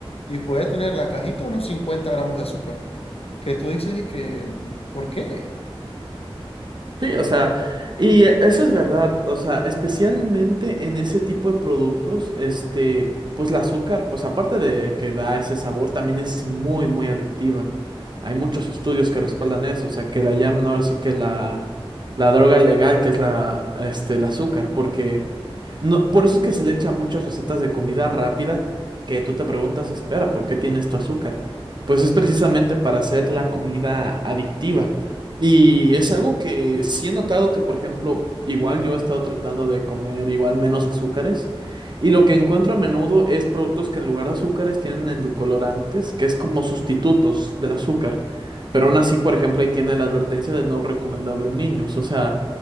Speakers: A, on the left; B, on the right.
A: y puede tener la cajita unos 50 gramos de azúcar, que tú dices y que, ¿por qué?
B: Sí, o sea, y eso es verdad, o sea, especialmente en ese tipo de productos, este, pues el azúcar, pues aparte de que da ese sabor, también es muy, muy adictiva. Hay muchos estudios que respaldan eso, o sea, que la llaman ahora sí que la, la droga legal, que es la, este, el azúcar, porque... No, por eso es que se le echan muchas recetas de comida rápida que tú te preguntas, espera, ¿por qué tiene esto azúcar? Pues es precisamente para hacer la comida adictiva. Y es algo que sí he notado que, por ejemplo, igual yo he estado tratando de comer igual menos azúcares. Y lo que encuentro a menudo es productos que en lugar de azúcares tienen endocolorantes, que es como sustitutos del azúcar. Pero aún así, por ejemplo, ahí tiene la advertencia de no recomendable en niños. O sea,